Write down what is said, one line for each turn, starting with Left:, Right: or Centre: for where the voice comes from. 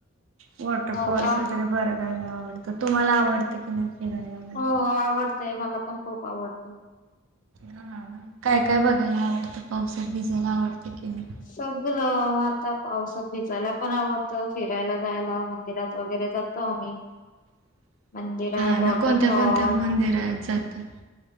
Right: वॉटरफॉल्स
Left: हो का?
Right: वगैरे बरगायला आवडतं तुम्हाला आवडते की नाही. फिरायला वगैरे?
Left: हो हो आवडतय मला पण खूप आवडतं.
Right: हा काय काय बघायला आवडतं पावसात भिजायला आवडतं. की नाही?
Left: सगळं. आता पावसात भिजायला पण आवडतं फिरायला जायला मंदिरात वगैरे जातो आम्ही.
Right: <inaudible>
Left: मंदिरात
Right: हा
Left: वॉटरफॉल
Right: ना कोणत्या कोणत्या मंदिरात जाता